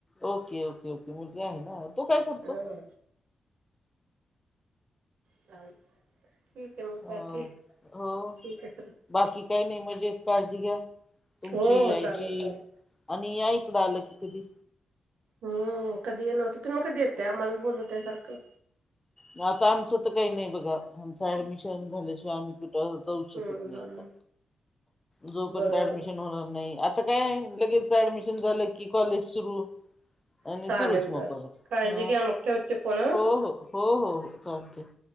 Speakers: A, on the left (about 15°); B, on the right (about 85°).
A: ओके ओके ओके मुलगा आहे ना. तो काय करतो?
B: हा चालतयं ठीकाय मग
A: अ
B: बाकी. ठीक
A: हो
B: हाय सगळ.
A: बाकी काही नाही मजेत. काळजी घ्या. तुमची
B: हो हो.
A: आईची
B: चालेल चालेल.
A: आणि या इकडं आलं की कधी.
B: हम्म कधी येणं होत. तुम्ही कधी येताय. आम्हालाच बोलवताय सारखं.
A: मग आता आमचं तर काही नाही बघा. आमच ऍडमिशन झाल्याशिवाय आम्हीतर जाऊ शकत
B: हम्म
A: नाही
B: हम्म
A: आता. जोपर्यंत
B: बर
A: ऍडमिशन
B: बर
A: होणार नाही. आता काय लगेच ऍडमि शन झालं की कॉलेज सुरू. आणि
B: चालेल
A: सुरूच मग
B: चालेल
A: परत
B: काळजी
A: ह
B: घ्या मग ठेवते फोन हा
A: हो हो. हो हो हो चालतयं.